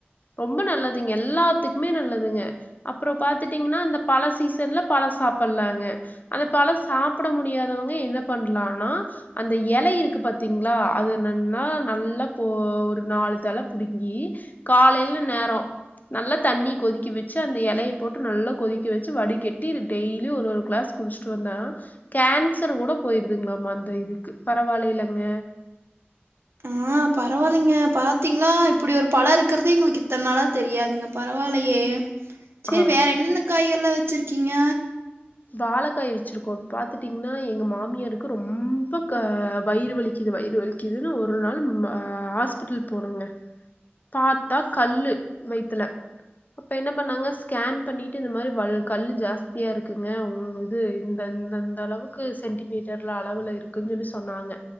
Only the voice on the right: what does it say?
ஆஹ் பரவாயில்லைங்க பாத்தீங்களா இப்டி ஒரு பழம் இருக்கதே எங்களுக்கு இத்தனை நாளா தெரியாாதீங்க பரவாயிலயே செரி
வேற என்னென்ன காய் எல்லாம் வச்சு வச்சிருக்கீங்க